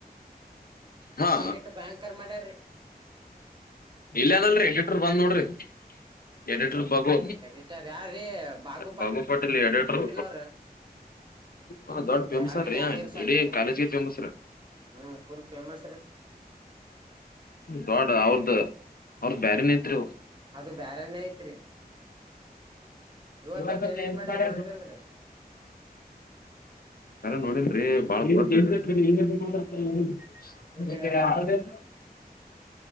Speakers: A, on the left; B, on the right.
A: ಹಾ
B: ಎಡಿಟ್ ಬ್ಯಾಂಕರ್ ಮಾಡ್ಯ್ರಿ
A: ಇಲ್ಲ ಅದಲ್ರರಿ ಎಡಿಟ್ರ ಬಂದ್ ನೋಡ್ರಿ <unintelligible> ಬಗು
B: ಎಡಿಟರ್ ಯಾರ್ರೀ ಬಾಗು ಪಾಟೀಲ್
A: ಬಾಬುಪಾಟಲ್ಲಿ ಎಡಿಟರ್
B: ಅವ್ರ
A: ಹ ದೊಡ್ ಫೇಮಸರೀ
B: ಅವ್ರಿಗೆ ಯಾರು ಇರ್ಸಲ್ರಿ
A: ಇಡೀ ಕಾಲೇಜ್ಗೆ ಫೇಮಸ್
B: ಹ್ಮ್ ಫುಲ್ ಫೇಮಸ್ ರೀ
A: ದಾಡ್ ಅವ್ರ್ದ ಅವ್ರದ ಬ್ಯರೆನೈತ್ರಿ
B: ಅದ ಬೇರೆನೇ ಐತ್ರಿ ಇವತ್ತೊಂದ್
A: <unintelligible> ಇವ
B: ಎಡಿಟ್ ಮಾಡ್ಯಾರ
A: ಮಾಡ
B: ನೋಡ್ರಿಲ್ರಿ
A: ಯಾರು ನೋಡಿಲ್ರಿ ಬಾಳ <unintelligible>
B: ಫುಲ್
A: <inaudible>